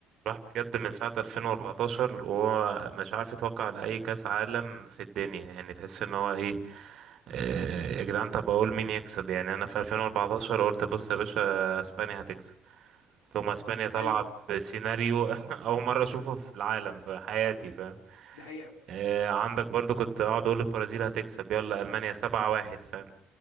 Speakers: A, on the right (about 55°); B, on the left (about 75°).
A: راح بجد من ساعة 2014 وهو مش عارف يتوقع لأي كأس عالم في الدنيا يعني تحس ان هو ايه آه، يا جدعان طب اقول مين يكسب يعني انا في 2014 قلت بص يا باشا اسبانيا هتكسب ثم اسبانيا طالعة
B: ايوه
A: بسيناريو <laughs> اول مرة اشوفه في العالم في حياتي فاهم
B: دي حقيقه
A: آه، عندك برضو كنت اقعد اقول البرازيل هتكسب يلا المانيا سبعة واحد فاهم